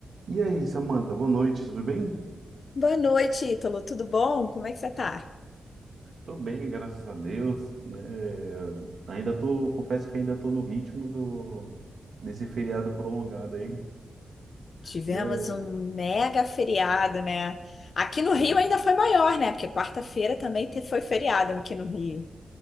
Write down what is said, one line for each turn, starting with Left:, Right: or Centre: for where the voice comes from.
Right: E aí, Samantha, boa noite, tudo bem?
Left: Boa noite, Ítalo. Tudo bom? Como é que você tá?
Right: Tô bem, graças a Deus, né? Ainda tô, confesso que ainda tô no ritmo do desse feriado prolongado aí,
Left: Tivemos
Right: né?
Left: um mega feriado, né? Aqui no
Right: Pô,
Left: Rio ainda foi maior, né? Porque quarta-feira também te- foi feriado aqui no Rio.